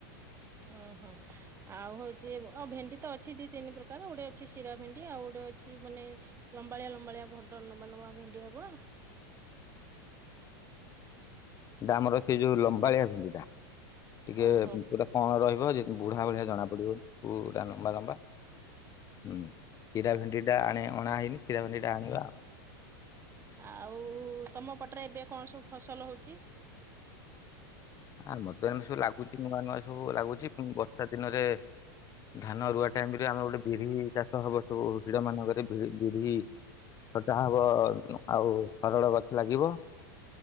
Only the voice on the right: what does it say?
ଓହୋ। ଆଉ ହଉଚି ଆଉ ଭେଣ୍ଡି ତ ଅଛି ଦି ତିନି ପ୍ରକାର ଗୋଟେ ଅଛି ଶିରା ଭେଣ୍ଡି ଆଉ ଗୋଟେ ଅଛି ମାନେ ଲମ୍ବାଳିଆ ଲମ୍ବାଳିଆ ବଡ ନବା ନବା ଭେଣ୍ଡି ହବ।
ଓହୋ।
ଆଉ ତମ ପଟରେ ଏବେ କଣ ସବୁ ଫସଲ ହଉଚି?